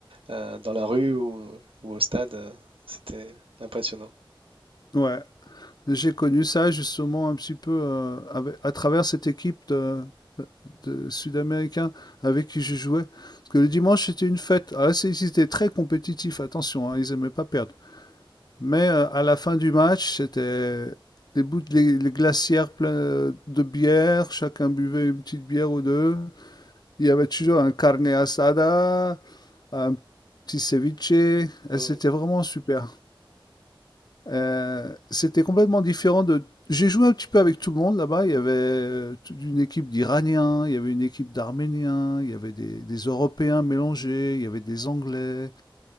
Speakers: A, on the right (about 85°); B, on the left (about 50°).
A: euh, dans la rue ou, ou au stade. euh, C'était impressionnant.
B: Ouais. J'ai connu ça justement un petit peu euh, avec- à travers cette équipe de, de Sud-Américains avec qui je jouais. Parce que le dimanche, c'était une fête. Ah, c'est- ils étaient très compétitifs, attention, hein, ils n'aimaient pas perdre. Mais euh, à la fin du match, c'était les, bouts de- les, les glacières pleines de bière, chacun buvait une petite bière ou deux. Il y avait toujours un carne asada, un petit ceviche, et
A: Mm,
B: c'était vraiment super. Heu, c'était complètement différent de j'ai joué un petit peu avec tout le monde là-bas. Il y avait, heu, toute une équipe d'Iraniens, il y avait une équipe d'Arméniens, il y avait des des Européens mélangés, il y avait des Anglais,